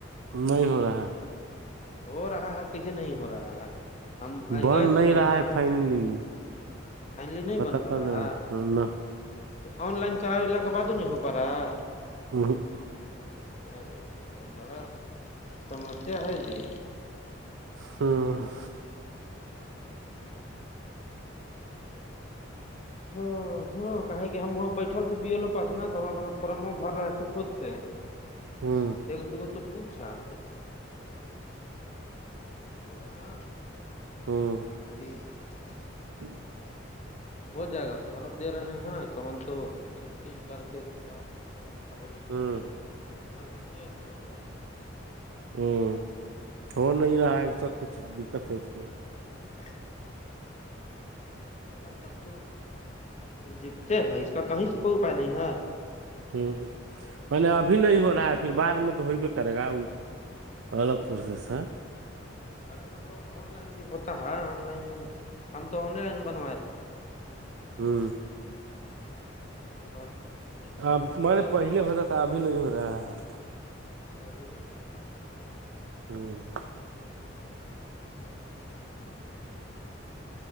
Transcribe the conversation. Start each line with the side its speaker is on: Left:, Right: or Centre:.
Right: نہیں ہو رہا ہے
Left: ہو رہا ہے کسیے نہیں ہو رہا ہے ہم
Right: ہے
Left: آج
Right: بن
Left: گئے تھے
Right: نہیں
Left: ہ
Right: رہا
Left: نا
Right: ہے فائنلی
Left: فائائنلی نہیں
Right: پتہ
Left: بن پ
Right: کر
Left: رہا
Right: لینا
Left: ہے
Right: نہ
Left: تو آن لائن کرال کے بد نہیں ہو پا رہا ہے
Right: ہ
Left: ارے تو بڑا سمسیا ہے جی
Right: ہوں
Left: ہاں ہاں کہ کہ ہم بیٹھل تھے بی ایلو پاس ن تو ہم اپنا فم بھر رہے تھے خود سے <inaudible>
Right: ہاں
Left: تو تو پوچھا تو بولے نا
Right: ہاں
Left: ہ <unintelligible>
Right: ہاں <inaudible>
Left: ہو جائے گا فارم دے رہے ہیں کون تو سٹین کر کے کہ کون تو فم تھا بولے کے
Right: ہوں
Left: اپر ابھر دیجیے ہو جائے گا
Right: ہوں ہو نہیں رہا ہے اسسا کچھ دقت ہے اس میں
Left: <inaudible> تب تو دکھتے ہے اس کا کہیں سے کوئی اپپائے نہیں ہے
Right: ہ میں ابھی نہیں
Left: ہاں
Right: ہو رہا ہے پھر بعد میں تو ہوئی بھی کرے گا الگ سوردش <inaudible>
Left: ارے نہ تو آن لائن بھی ہوتا ہے آن لائن ہم تو آن لائن بنوائے تھے
Right: ہاں
Left: اق بار <unintelligible> سمے
Right: اب
Left: عمر
Right: میں
Left: پورل
Right: نے پہلے ہوتا تھا ابھی نہیں ہو رہا ہے
Left: اچھا ا بھی نہیں ہو پاتا ہے نا
Right: ہوں <unintelligible>
Left: ہی ہی <inaudible>